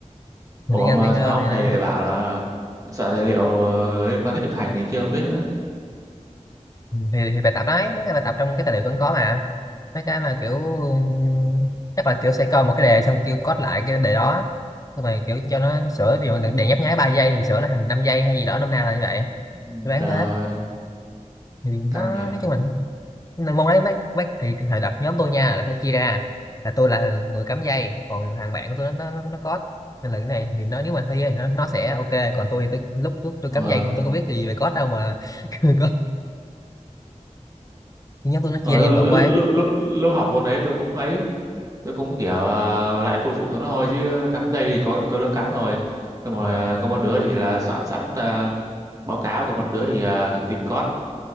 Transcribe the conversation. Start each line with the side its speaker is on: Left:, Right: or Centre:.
Right: Ủa
Left: Thì tiếng Anh
Right: mà
Left: tiếng ơ
Right: sao ông
Left: thì
Right: thầy
Left: nó
Right: lại bảo là soạn tài liệu ờ, liên quan tới thực hành này kia không biết nữa.
Left: ừ, thì, thì bài tập đấy mấy cái bài tập trong cái tài liệu cũng có mà mấy cái mà kiểu ừ, chắc là kiểu sẽ coi một cái đề xong kêu code lại cái đề đó nhưng mà kiểu cho nó sửa ví dụ là đề nhấp nháy 3 giây thì sửa nó thành 5 giây hay gì đó năm nào là như vậy
Right: Ừ,
Left: tôi đoán
Right: Trời
Left: thế
Right: ơi,
Left: thì nó
Right: căng nhỉ.
Left: nói chung là nên môn đấy mấy mấy thì thời đợt nhóm tôi nha là sẽ chia ra là tôi là người cắm dây còn thằng bạn của tôi nó nó nó có nên là cái này thì nó nếu mà thi á thì nó nó sẽ ok còn tôi thì tôi lúc lúc tôi
Right: Ờ,
Left: cắm dây không tôi có biết gì về code đâu mà <laughs> có nhóm tôi nó chia
Right: ờ
Left: ra nhiệm
Right: lúc,
Left: vụ qua
Right: lúc,
Left: ấy.
Right: lúc, lúc, lúc học môn đấy tôi cũng ấy, tôi cũng kiểu ờ, lại phụ phụ tụi nó thôi chứ cắm dây thì có có đứa cắm rồi. Xong rồi
Left: à,
Right: ờ, có một đứa thì là soạn sẵn ờ, báo cáo, còn một đứa thì ờ, tìm code.